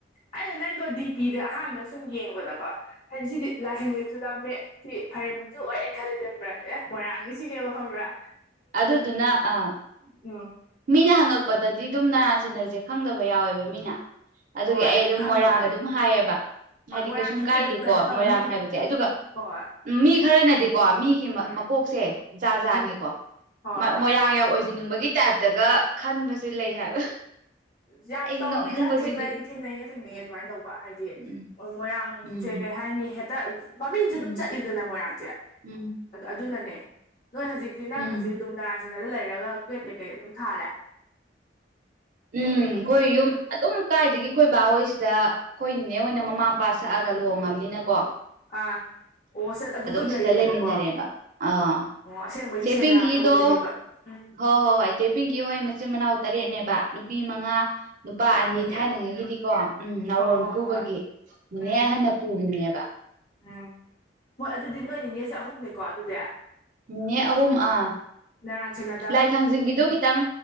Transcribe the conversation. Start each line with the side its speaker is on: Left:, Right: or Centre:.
Left: ꯑꯩꯅ ꯅꯪꯗꯣ ꯗꯤ ꯄꯤꯗ ꯑꯍꯥꯟꯕ ꯁꯨꯝ ꯌꯦꯡꯕꯗꯀꯣ ꯍꯥꯏꯗꯤ ꯁꯤꯗꯤ ꯂꯥꯛꯈꯤꯅꯤꯁꯨ ꯂꯅꯦ ꯁꯤ ꯐꯩꯔꯝꯁꯨ ꯑꯣꯏ ꯑꯅ ꯈꯜꯂꯤꯂꯝꯕ꯭ꯔꯥ ꯑꯦ ꯃꯣꯏꯔꯥꯡꯅꯤ ꯁꯤꯅꯦꯕ ꯐꯪꯕ꯭ꯔꯥ
Right: ꯑꯗꯨꯗꯨꯅ ꯑ
Left: ꯎꯝ
Right: ꯃꯤꯅ ꯍꯪꯉꯛꯄꯗꯗꯤ ꯑꯗꯨꯝ ꯅꯔꯥꯟ ꯁꯤꯟꯅꯁꯦ ꯈꯪꯗꯕ ꯌꯥꯎꯋꯦꯕ ꯃꯤꯅ ꯑꯗꯨꯒꯤ
Left: ꯍꯣꯏ
Right: ꯑꯩ ꯑꯗꯨꯝ
Left: ꯈꯪꯗꯕꯅꯦ
Right: ꯃꯣꯏꯔꯥꯡ ꯑꯗꯨꯝ ꯍꯥꯏꯌꯦꯕ
Left: ꯍꯣꯏ
Right: ꯍꯥꯏꯗꯤ
Left: ꯃꯣꯏꯔꯥꯡꯁꯤꯗꯤ
Right: ꯀꯩꯁꯨꯝ ꯀꯥꯏꯗꯦꯀꯣ
Left: ꯑꯗꯨꯝ ꯀꯩꯅꯣ ꯇꯧꯔꯦ
Right: ꯃꯣꯏꯔꯥꯡ
Left: ꯃꯤ
Right: ꯍꯥꯏꯕꯁꯦ ꯑꯗꯨꯒ
Left: ꯍꯣꯏ
Right: ꯎꯝ ꯃꯤ ꯈꯔꯅꯗꯤꯀꯣ ꯃꯤꯒꯤ
Left: ꯎꯝ
Right: ꯃꯀꯣꯛꯁꯦ ꯖꯥ
Left: ꯎꯝ
Right: ꯖꯥꯠꯅꯤꯀꯣ
Left: ꯍꯣꯏ ꯍꯣꯏ
Right: ꯃꯣꯏꯔꯥꯡ ꯌꯥꯝ ꯑꯣꯏꯖꯅꯤꯡꯕꯒꯤ ꯇꯥꯏꯞꯇꯒ ꯈꯟꯕꯁꯨ ꯂꯩ ꯍꯥꯏꯕ
Left: ꯌꯥꯝ
Right: ꯑꯩ
Left: ꯇꯧꯔꯤꯗ
Right: ꯅꯣꯛꯅꯤꯡꯕꯁꯤꯗꯤ
Left: ꯊꯦꯡꯅꯩ ꯊꯦꯡꯅꯩꯌꯦ ꯊꯦꯡꯅꯩꯌꯦ ꯑꯗꯨꯃꯥꯏꯅ ꯇꯧꯕ ꯍꯥꯏꯗꯤ
Right: ꯎꯝ
Left: ꯃꯣꯏꯔꯥꯡ
Right: ꯎꯝ
Left: ꯎ ꯁꯦ ꯀꯩ ꯍꯥꯏꯅꯤ ꯍꯦꯛꯇ ꯃꯃꯤꯡꯁꯨ
Right: ꯎꯝ
Left: ꯑꯗꯨꯝ ꯆꯠꯂꯤꯗꯅ ꯃꯣꯏꯔꯥꯡꯁꯦ
Right: ꯎꯝ
Left: ꯑꯗꯨ ꯑꯗꯨꯅꯅꯦ ꯅꯣꯏ ꯍꯧꯖꯤꯛꯇꯤ ꯅꯪ
Right: ꯎꯝ
Left: ꯍꯧꯖꯤꯛ ꯑꯗꯨꯝ ꯅꯔꯥꯟ ꯁꯦꯟꯅꯗ ꯂꯩꯔꯒ ꯀꯋꯦꯠ ꯀꯩꯀꯩ ꯑꯗꯨꯝ ꯊꯥꯔꯦ
Right: ꯎꯝ ꯑꯩꯈꯣꯏ ꯌꯨꯝ ꯑꯗꯨꯝ ꯀꯥꯏꯗꯒꯤ ꯑꯩꯈꯣꯏ ꯕꯥꯍꯣꯏꯁꯤꯗ ꯑꯩꯈꯣꯏ ꯅꯤꯅꯦ ꯑꯣꯏꯅ ꯃꯃꯥ ꯃꯄꯥ ꯁꯛꯑꯒ ꯂꯨꯍꯣꯡꯉꯕꯅꯤꯅꯀꯣ
Left: ꯑꯥ ꯑꯣ ꯑꯗꯨ ꯑꯗꯨꯝ
Right: ꯁꯤꯗ
Left: ꯂꯩꯔꯦꯕꯀꯣ
Right: ꯂꯩꯃꯤꯟꯅꯔꯦꯕ
Left: ꯑꯣ
Right: ꯑꯥ
Left: ꯑꯁꯦꯡꯕꯩꯗꯤ
Right: ꯆꯦ
Left: ꯁꯦꯟꯗ꯭ꯔꯥꯗ
Right: ꯄꯤꯡꯀꯤꯗꯣ
Left: ꯑꯣꯏꯗꯣꯏꯅꯦꯕ ꯎꯝ
Right: ꯍꯣꯏ ꯍꯣꯏ ꯍꯣꯏ ꯗꯦꯕꯤꯡꯒꯤ ꯍꯣꯏ ꯃꯆꯤꯟ ꯃꯅꯥꯎ ꯇꯔꯦꯠꯅꯦꯕ ꯅꯨꯄꯤ ꯃꯉꯥ ꯅꯨꯄꯥ
Left: ꯌꯥꯝꯃꯤꯅꯦ
Right: ꯑꯅꯤ ꯊꯥꯏꯅꯉꯩꯒꯤꯗꯤꯀꯣ ꯎꯝ ꯅꯥꯎꯔꯣꯟ
Left: ꯍꯣꯏ ꯍꯣꯏ
Right: ꯈꯨꯕꯒꯤ
Left: ꯍꯣꯏ
Right: ꯏꯅꯦ
Left: ꯎꯝ
Right: ꯍꯟꯅ ꯄꯨꯈꯤꯕꯅꯦꯕ
Left: ꯎꯝ ꯍꯣꯏ ꯑꯗꯨꯗꯤ ꯅꯣꯏ ꯅꯤꯅꯦꯁꯦ ꯑꯍꯨꯝꯅꯦꯀꯣ ꯑꯗꯨꯗꯤ
Right: ꯅꯤꯅꯦ ꯑꯍꯨꯝ ꯑ
Left: ꯅꯥꯔꯟꯁꯦꯟꯅꯗ
Right: ꯂꯥꯏ ꯊꯥꯡꯖꯤꯡꯒꯤꯗꯣ ꯈꯤꯇꯪ